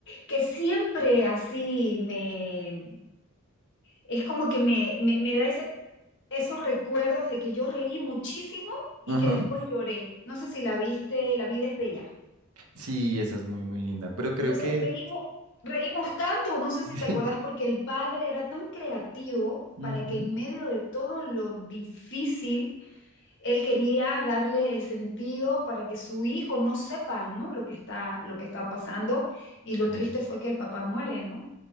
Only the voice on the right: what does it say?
Ajá.
Sí, esa es muy, muy linda, pero creo
que...
<laughs>
Ujú,
Sí.